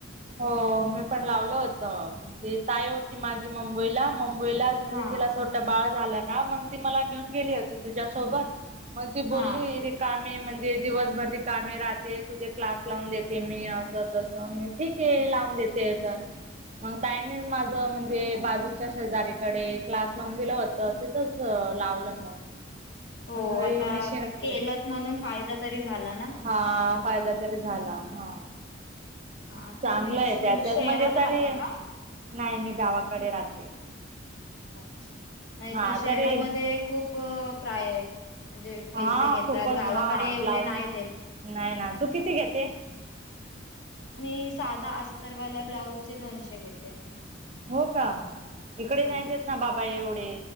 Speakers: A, on the right; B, on the left.
A: हो मी पण लावलं होत म्हणजे ताई होती माझी मुंबईला, मुंबईला म्हणजे
B: हा
A: तिला सोट बाळ झालं ना मग ती मला घेऊन गेली होती तिच्यासोबत मग ती बोलली
B: हा
A: रिकामे म्हणजे दिवसभर रिकामे राहते तुझे क्लास लावून देते मी असं तसं मी ठीक आहे लावून देते तर मग ताईनी माझं म्हणजे बाजूच्या शेजारीकडे क्लास लावून दिलं होतं तिथंच च लावलं मग
B: हो
A: मग घरी
B: आता
A: मिशीन वगैरे
B: केलत म्हणून फायदा तरी झाला ना
A: हा फायदा तरी झाला हा
B: हा
A: चांगलं
B: तुम्ही असे
A: आहे
B: म्हणजे
A: त्याच्यात
B: शहरात
A: मणजे तरी
B: राहता का
A: नाही मी गावाकडे राहते
B: अच्छा नाही
A: हां
B: तर शहरामध्ये
A: तरी
B: खूप प्राय म्हणजे पैसे
A: हां
B: घेतात
A: खूपच
B: गावाकडे
A: हां
B: एवढे
A: ब्लाऊज
B: नाही देत
A: नाही ना तू किती घेते
B: मी साधा अस्तरवाला ब्लाउज चे दोनशे घेते
A: हो का इकडे
B: हो
A: नाही देत ना बाबा एवढे